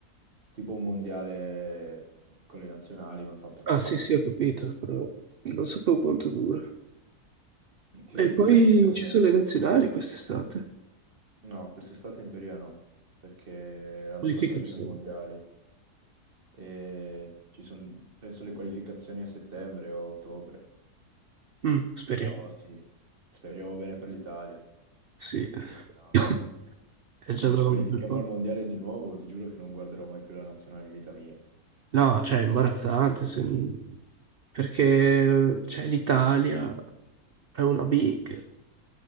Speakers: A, on the right; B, on the right.
A: tipo un mondiale con le nazionali ma fatto
B: Ah,
A: con
B: sì, sì, ho capito, però non sapevo quanto dura.
A: Sì,
B: E
A: sì,
B: poi
A: dura circa un
B: ci
A: mese.
B: sono le nazionali quest'estate.
A: No, quest'estate in teoria no, perché l'anno
B: Qualificazione.
A: prossimo ci sono i mondiali e ci sono, penso, le qualificazioni a settembre o a ottobre.
B: Mm, speriamo.
A: Però sì, speriamo bene per l'Italia,
B: Sì,
A: perché sennò
B: <coughs> è
A: se
B: già
A: non
B: da
A: ci qualifichiamo
B: un bel po'.
A: al mondiale di nuovo, ti giuro che non guarderò mai più la nazionale in vita mia.
B: No, cioè, è imbarazzante se non- perché cioè, l'Italia è una big,